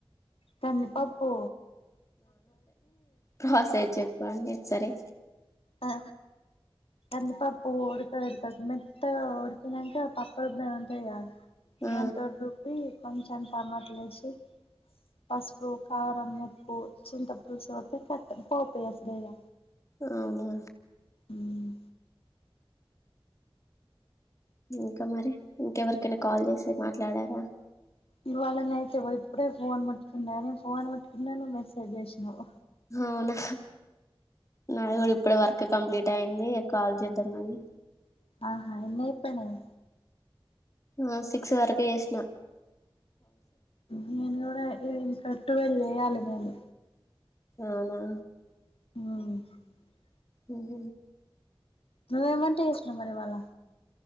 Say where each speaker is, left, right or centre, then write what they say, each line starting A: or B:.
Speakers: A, on the left; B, on the left.
A: కంది పప్పూ
B: ప్రాసెస్ చెప్పండి ఒకసారి
A: ఆ కంది పప్పు ఉడకపెడ్తారు మెత్తగా ఉడికినంక పప్పు రుబ్బేది ఉంటదిగా
B: ఆ
A: దాన్ తోని రబ్బీ కొంచెం టమాట్లేసి పసుపు, కారం, ఉప్పు, చింత పులుసు పోతే కతం పోపు వేసుడే ఇగ
B: అవునా
A: మ్
B: ఇంకా మరి ఇంకెవరికైనా కాల్ చేసి మాట్లాడారా
A: ఇవాళ నయితే ఇగో ఇప్పుడే ఫోన్ ముట్టుకున్నాను. ఫోన్ ముట్టుకున్నా నువ్వు మెసేజ్ చేసినవ్
B: అవునా నాది గుడ ఇప్పుడే వర్క్ కంప్లీట్ అయింది కాల్ చేద్దాంమని
A: ఆ ఆ ఎన్నైపోయినయి.
B: ఆ సిక్స్ వరకు చేసినా
A: నేను ఇంకా ట్వల్ చేయాలే నేను
B: అవునా
A: ఆ
B: ఆహ
A: నువ్ ఏం వంట చేసినవ్ మరి ఇవాళ